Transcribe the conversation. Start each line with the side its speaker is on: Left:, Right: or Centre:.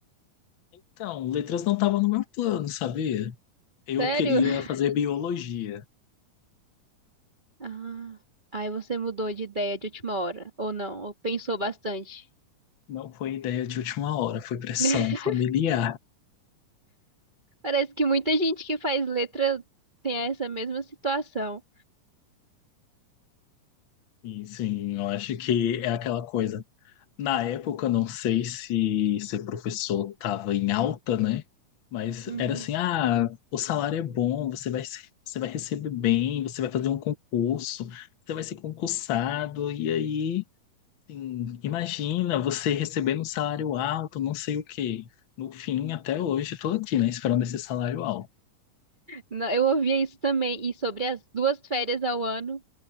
Left: Então, letras não estavam no meu plano, sabia? Eu
Right: Sério?
Left: queria
Right: <laughs>
Left: fazer biologia.
Right: Ah, aí você mudou de ideia de última hora, ou não? Ou pensou bastante?
Left: Não foi ideia de última hora, foi pressão
Right: <laughs>
Left: familiar.
Right: Parece que muita gente que faz letra tem essa mesma situação.
Left: Sim, sim, eu acho que é aquela coisa. Na época, eu não sei se ser professor estava em alta, né? Mas
Right: Uhum.
Left: era assim, ah, o salário é bom, você vai, se- você vai receber bem, você vai fazer um concurso, você vai ser concursado, e aí, assim, imagina você recebendo um salário alto, não sei o quê. No fim, até hoje, eu tô aqui, né, esperando esse salário alto.
Right: Não, eu ouvia isso também, e sobre as duas férias ao ano